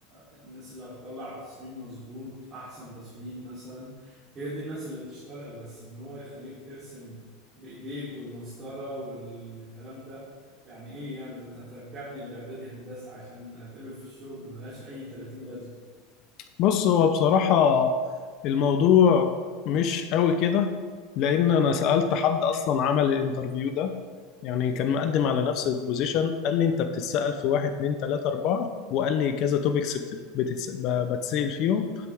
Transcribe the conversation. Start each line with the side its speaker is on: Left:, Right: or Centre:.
Right: الناس اللي هتطلع تصميم مظبوط أحسن تصميم مثلا هي دي الناس اللي تشتغل بس إن هو يخليك ترسم بإيديك والمسطرة والكلام ده يعني إيه يعني وأنت هترجعني الإعدادي هندسة عشان أتقبل في الشغل ملهاش أي 30 لازمة
Left: بص هو بصراحة الموضوع مش قوي كده لان انا سألت حد اصلا عمل الانترفيو ده يعني كان مقدم على نفس البوزيشن قال لي انت بتتسأل في واحد اتنين تلاتة اربعة وقال لي كذا توبكس بتتسأل فيهم